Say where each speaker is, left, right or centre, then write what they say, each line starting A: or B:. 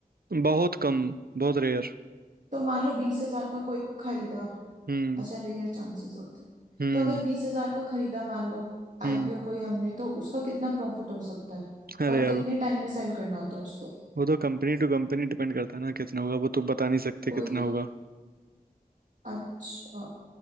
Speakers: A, on the right; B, on the right.
A: बहुत कम बहुत रेयर
B: तो मान लो बीस हजार का कोई खरीदा
A: हम्म
B: अच्छा रेयर चांसेस होते हैं
A: हम्म
B: तो अगर बीस हजार का खरीदा मान लो आईपीओ
A: हम्म
B: कोई हमने तो उसका कितना प्रॉफिट हो सकता है
A: अरे
B: और कितने
A: यार
B: टाइम में सेल करना होता है उसको
A: वो तो कंपनी टू कंपनी डिपेंड करता है ना कितना होगा वो तो बता नहीं सकते
B: कोई
A: कितना होगा
B: अच्छा